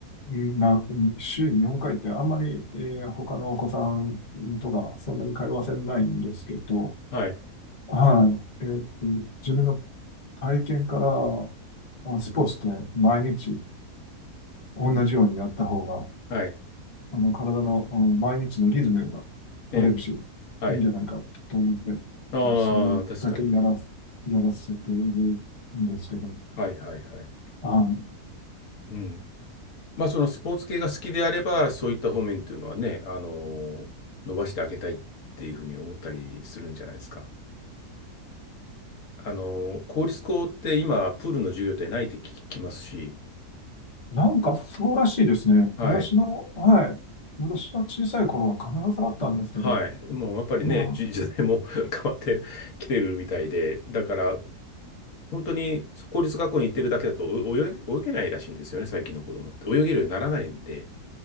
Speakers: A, on the left; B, on the left.
A: な、週に本回ってあんまり、えー他のお子さんとかそんなに通わせないんですけど、
B: はい。
A: はい。えーっと、自分の体験からあスポーツって毎日同じようにやった方が、
B: はい。
A: あの、体の、あの毎日のリズムが取れるし、
B: ええ。はい。
A: いいんじゃないかと思って、
B: ああ、
A: それだけやらす、
B: 確かにね。
A: やらせているんですけど、
B: はい。はい。はい。
A: はい。
B: うん。まあ、そのスポーツ系が好きであれば、そういった方面っていうのはね、あの、伸ばしてあげたいっていうふうに思ったりするんじゃないですか。あの、公立校って今、プールの授業ってないって聞きますし、
A: なんかそうらしいですね。
B: はい。
A: 私の、はい。私は小さい頃は必ずあったんですけど、
B: はい。もうやっぱりね、
A: ま
B: 時 <laughs> 時代も <laughs> 変わってきてるみたいで、だから、本当に公立学校に行ってるだけだとお泳げ、泳げないらしいんですよね、最近の子供って。泳げるようにならないんで。